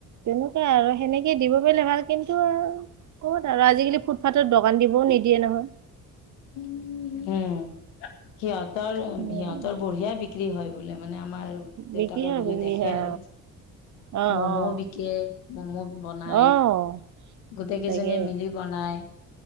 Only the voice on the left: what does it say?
উম সিহতৰ সিহঁতৰ
বঢ়িয়াই বিক্ৰী হয় বোলে মানে আমাৰ দেউতাকে
গ'লে
দেখে
আৰু
ম'ম' বিকে ম'ম' বনাই,
গোটেই
কেইজনীয়ে মিলি বনাই।